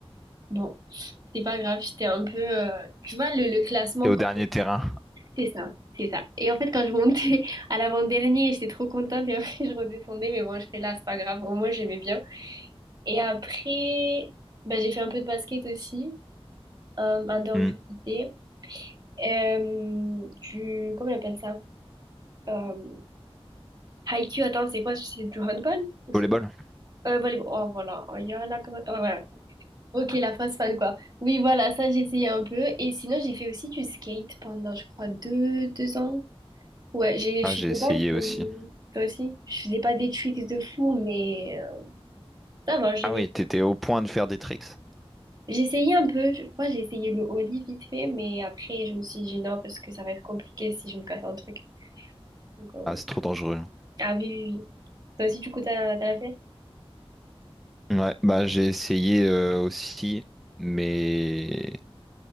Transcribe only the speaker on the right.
Bon, c'est pas grave, j'étais un peu... euh, Tu vois, le, le classement,
quand...
C'est ça, c'est ça. Et en fait, quand je montais <laughs> à l'avant-dernier, j'étais trop contente, et <laughs> après, je redescendais, mais bon, j'étais là, c'est pas grave. Au moins, j'aimais bien. Et après, bah, j'ai fait un peu de basket aussi, euh, en dehors
du lycée. Euh, du, comment on appelle ça? Euh, Haikyuu, attends, c'est quoi? C'est du handball? Ou c'est
euh, volleyball. Oh, voilà. Oh, y a la... comment- ouais, voilà. Ok, la fausse fan, quoi. Oui, voilà, ça, j'ai essayé un peu. Et sinon, j'ai fait aussi du skate pendant, je crois, deux, deux ans. Ouais, j'ai,
je
faisais
pas de...
Toi aussi? Je faisais pas des tricks de fou, mais euh, ça va, j'ai
J'ai essayé un peu, je crois que j'ai essayé le au lit vite fait, mais après je me suis dit non parce que ça va être compliqué si je me casse un truc. Donc, euh,
Ah oui, oui, oui. Toi aussi du coup t'as t'as fait?